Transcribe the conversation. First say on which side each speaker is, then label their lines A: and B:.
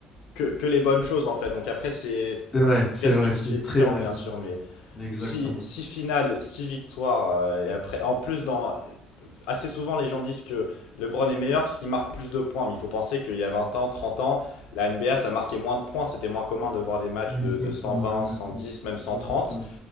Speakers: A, on the left; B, on the left.
A: que, que les bonnes choses en fait. Donc après, c'est
B: C'est vrai,
A: la
B: c'est
A: perspective
B: vrai, c'est
A: est différente
B: très vrai,
A: bien
B: même.
A: sûr, mais
B: Exactement.
A: si si finales, si victoires euh, et après, en plus dans assez souvent les gens disent que LeBron est meilleur parce qu'il marque plus de points, mais il faut penser qu'il y a 20 ans, 30 ans, la NBA ça marquait moins de points, c'était moins commun de voir des matchs
B: Exactement,
A: de, de cent vingt,
B: exactement.
A: cent dix même cent
B: Exactement.
A: trente